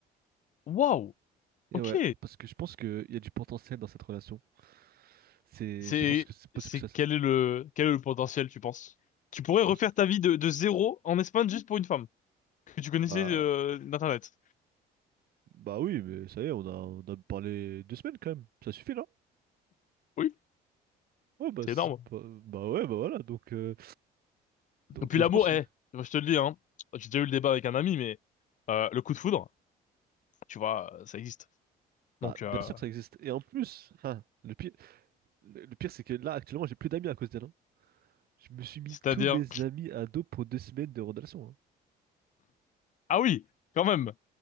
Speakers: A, on the left; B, on the right.
A: Waouh.
B: Et
A: Ok.
B: ouais, parce que je pense qu'il y a du potentiel dans cette relation. C'est,
A: C'est
B: je pense que c'est possible
A: c'est
B: que ça.
A: quel est le quel est le potentiel, tu penses? Tu pourrais
B: Je
A: refaire
B: pense,
A: ta vie de, de zéro en Espagne juste pour une femme que tu connaissais
B: bah,
A: euh, d'Internet.
B: Bah oui, mais ça y est, on a, on a parlé deux semaines quand même. Ça suffit là?
A: Oui,
B: Ouais, bah,
A: c'est
B: c'est
A: énorme.
B: pas- bah ouais, bah voilà. Donc, euh, donc
A: Et puis
B: euh,
A: l'amour,
B: je pense que.
A: eh, moi, je te le dis, hein, j'ai déjà eu le débat avec un ami, mais euh, le coup de foudre, tu vois, ça existe. Donc,
B: Bah, bien
A: euh,
B: sûr que ça existe. Et en plus, ah, le pire, le, le pire c'est que là, actuellement, j'ai plus d'amis à cause d'elle. hein. Je me suis mis
A: c'est-à-dire,
B: tous mes amis ados pour deux semaines de relation. hein.
A: ah oui, quand même.